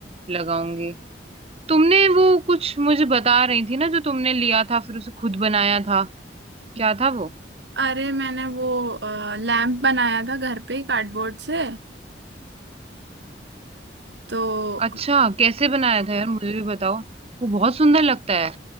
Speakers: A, on the right; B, on the right.
A: लगाऊंगी तुमने वो कुछ मुझे बता रही थी ना जो तुमने लिया था फिर उसे खुद बनाया था क्या था वो
B: अरे मैंने वो लैंप बनाया था घर पे ही कार्डबोर्ड से तो
A: अच्छा कैसे बनाया था यार मुझे भी बताओ वो बहुत सुंदर लगता है